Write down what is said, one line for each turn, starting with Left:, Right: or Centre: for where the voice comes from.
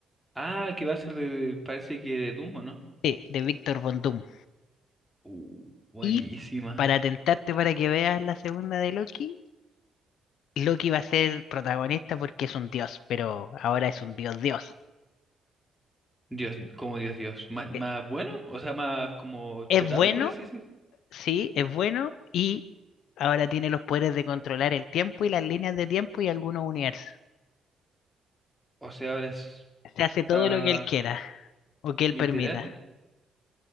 Centre: Ah, que va a ser de, parece que de Doom, ¿o ¿no?
Left: Sí, de Víctor Von Doom.
Centre: Uh, buenísima.
Left: Y para tentarte para que veas la segunda de Loki, Loki va a ser protagonista porque es un dios, pero ahora es un dios dios.
Centre: Dios, como Dios, Dios. ¿Más, más
Left: e-
Centre: bueno? O sea, más como chetado,
Left: Es bueno,
Centre: por así decir.
Left: sí, es bueno y ahora tiene los poderes de controlar el tiempo y las líneas de tiempo y algunos universos.
Centre: O sea, ahora
Left: Se hace todo
Centre: está
Left: lo que él quiera o que él
Centre: literal.
Left: permita.